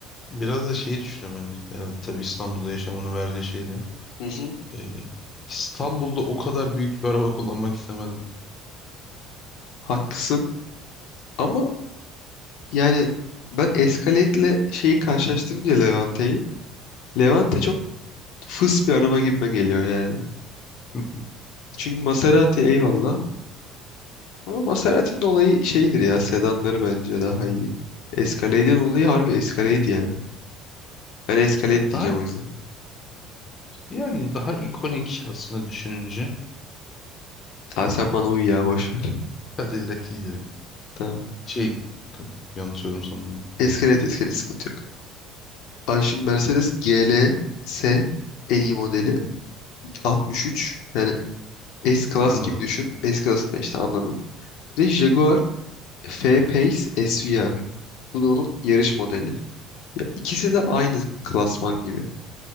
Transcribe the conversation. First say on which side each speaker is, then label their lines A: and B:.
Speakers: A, on the left; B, on the left.
A: biraz da şeyi düşünüyorum hani. Herhalde tabii İstanbul'da yaşamanın verdiği şeyle.
B: Hı hı.
A: E, İstanbul'da o kadar büyük bir araba kullanmak istemezdim.
B: Haklısın ama yani ben Escalade'le şeyi karşılaştırınca Levante'yi Levante çok fıs bir araba gibime geliyor yani.
A: <laughs>
B: Çünkü Maserati eyvallah. Ama Maserati'nin olayı şeydir ya sedanları bence daha iyi. Escalade'in olayı harbi Escalade yani. Ben Escalade
A: Ya
B: diyeceğim
A: daha
B: o yüzden.
A: yani daha ikonik aslında düşününce
B: Tamam sen bana uy ya boş ver.
A: Cadillac iyidir. ya.
B: Tamam.
A: Şey yanlış söyledim sandım bir.
B: Escalade Escalade sıkıntı yok. Ay şimdi Mercedes GLS en iyi modeli 63. Yani S-Class
A: Anladım.
B: gibi düşün. S-Class da işte anladın. Ve Jaguar F-Pace SVR. Bu da onun yarış modeli. Ya ikisi de aynı klasman gibi.